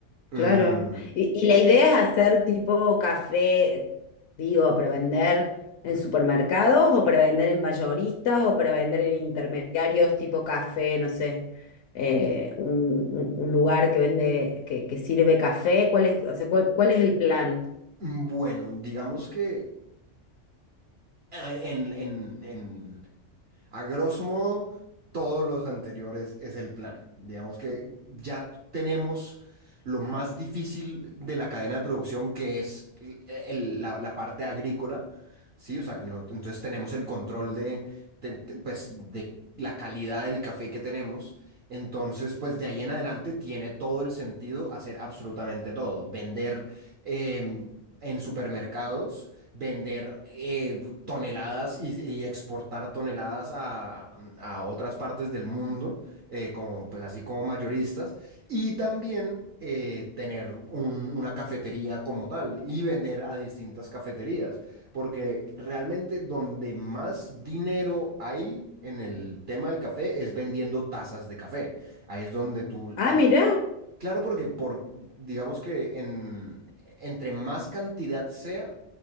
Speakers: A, on the right; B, on the left.
A: Mm,
B: Claro. Y, y la idea es hacer tipo café, digo, para vender en supermercados o para vender en mayoristas o para vender en intermediarios tipo café, no sé, eh, un, un- un lugar que vende, que, que sirve café. ¿Cuál es, o sea, cuál, cuál es el plan?
A: mm, bueno, digamos que ah, en, en, en, A grosso modo, todos los anteriores es el plan. Digamos que ya tenemos lo más difícil de la cadena de producción, que es el- el- la, la parte agrícola, ¿sí? O sea, que no- entonces tenemos el control de, ten- ten- pues, de la calidad del café que tenemos. Entonces, pues de ahí en adelante tiene todo el sentido hacer absolutamente todo. Vender em, en supermercados vender eh, toneladas y, y exportar toneladas a, a otras partes del mundo, eh, como, pues así como mayoristas, y también eh, tener un- una cafetería como tal y vender a distintas cafeterías, porque realmente donde más dinero hay en el tema del café es vendiendo tazas de café. Ahí es donde tú,
B: Ah,
A: al,
B: mira,
A: claro, porque por, digamos que en, entre más cantidad sea,